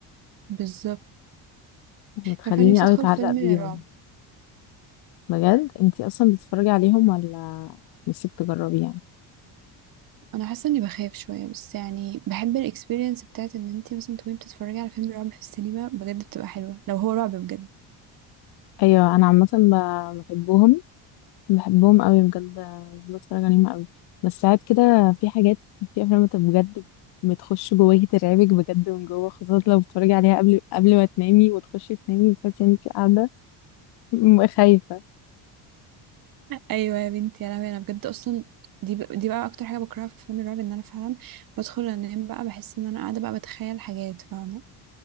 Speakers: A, on the right (about 50°); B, on the left (about 65°).
A: بالظبط
B: بتخليني
A: عارفة أنا نفسي
B: قوي
A: ادخل
B: اتعلق
A: فيلم
B: بيهم
A: رعب
B: بجد انتي اصلا بتتفرجي عليهم ولا نفسك تجربي يعني
A: انا حاسة اني بخاف شوية بس يعني بحب الاكسبيرينس بتاعت ان انتي مثلا تكوني بتتفرجي على فيلم رعب في السينما بجد بتبقى حلوة لو هو رعب بجد
B: ايوه انا عامة ب- بحبهم بحبهم قوي بجد بحب اتفرج عليهم قوي بس ساعات كده في حاجات في افلام انت بجد بتخش جواكي ترعبك بجد من جوه خاصة لو بتتفرجي عليها قبل قبل ما تنامي وتخشي تنامي بتحسي ان انت قاعدة م- خايفة
A: ايوه يا بنتي يا لهوي انا بجد اصلا دي ب... دي بقى اكتر حاجه بكرهها في افلام الرعب ان انا فعلا بدخل انام بقى بحس ان انا قاعده بقى بتخيل حاجات فاهمه